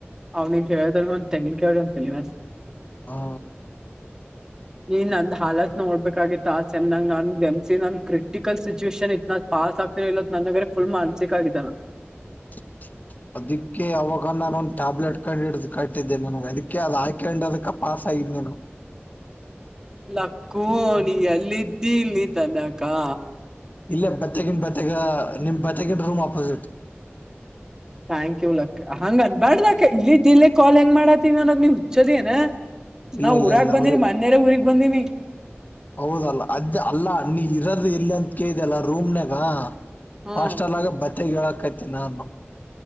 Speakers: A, on the right; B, on the left.
A: ಅವ ನೀ ಹೇಳ್ ತೆಂಗ ಕೆೇಳ್ರಂತ ಮ್
B: ಹಾ
A: ನೀ ನಂದ್ ಹಾಲತ್ ನೋಡ್ಬೇಕಾಗಿತ್ತು ಆ ಎಮ್ಂಗಮ್ಸಿ ನ ಕ್ರಿಟಿಕಲ್ ಸಿಚುಯೇಶಷನ್ ಇತ್ ಪಾಸ್ ಇಲ್ಲ ನನ್ನಗರೇ ಫುಲ್ ಮಾನ್ಸಿಕ್ ಆಗಿತನಾ
B: <inaudible> ಅದಕ್ಕೆ ಅವಾಗ ನಾನೋಂದ ಟ್ಯಾಬ್ಲೆಟ್ ಕಂಡ್ ಹಿಡ್ದು ಕಟ್ಟಿದ್ದೆನೆ ನನಗೆ ಅದಕ್ಕೆ ಅದು ಹಾಕೊಂಡ್ದ ಪಾಸ್ ದನು
A: ಲಕ್ಕೋಣಿ ಎಲ್ಲಿದ್ದಿ ಇಲ್ಲಿ ತನಕಾ
B: ಇಲ್ಲ ಬತ್ತಗನ್ ಬತ್ತಗ ನಿಮ್ ಬತೆಗಿನ ರೂಮ್ ಆಪೋಸಿಟ್
A: ಥ್ಯಾಂಕ್ ಯು ಲಕ್ಕ ಹಂಗ ಅ ಬಾರ್ದ ಅಕ ಇಲ್ಲಿದ್ದ ಇಲ್ಲೇ ಕಾಲ್ ಹೆಂಗ ಮಾಡತಿನಿ ಚೊದ ನ
B: ಇಲ್ಲ
A: ನಾವು
B: ಇಲ್ಲ
A: ಊರಾಗ
B: ಇಲ್ಲ
A: ಬಂದೀನಿ
B: ಅವ್ರಿಗೆ
A: ಮೋನ್ಯರ ಊರಿಗೆ ಬಂದೀನಿ
B: ಹೌದಲ್ಲ ಅದ್ ಅಲ್ಲ ನೀ ಇರದು ಎಲ್ಲಿ ಅಂತ ಕೇಳ್ದಲ್ಲ ರೂಮ್ನಾಗ
A: ಹ್ಮ್
B: ಹಾಸ್ಟಲ್ ಆಗ ಬತ್ತೆ ಗೀಳಾಕೈತಿ ನಾನು